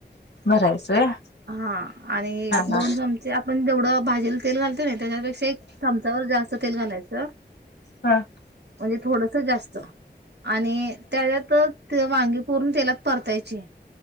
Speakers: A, on the left; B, on the right.
A: भरायचंय हा
B: हा आणि
A: हा
B: दोन चमचे आपण जेवढं भाजीला तेल घालतो नाही त्याच्यापेक्षा एक चमचावर जास्त तेल घालायचं अ.
A: हा
B: म्हणजे थोडस जास्त. बर आणि त्याच्यातच वांगी पुर्ण तेलात. परतायचे.